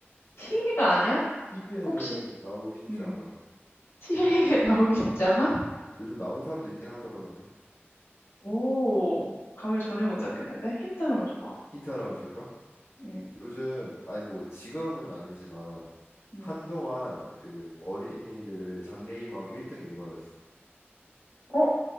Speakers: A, on the left; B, on the left.
A: TV가 아니야?
B: TV에는
A: 혹시,
B: 나오기 쉽지
A: 음,
B: 않아.
A: TV에 <laughs> 나오기 쉽지 않아?
B: 음, 요즘 나온 사람도 있긴 하더라. 근데
A: 오, 감을 전혀 못 잡겠는데? 힌트 하나만 줘봐.
B: 힌트 하나만 줄까?
A: 음,
B: 요즘 아니 뭐 지금은 아니지만
A: 음.
B: 한동안 그 어린이들 장래희망 1등이 이거였어.
A: 어?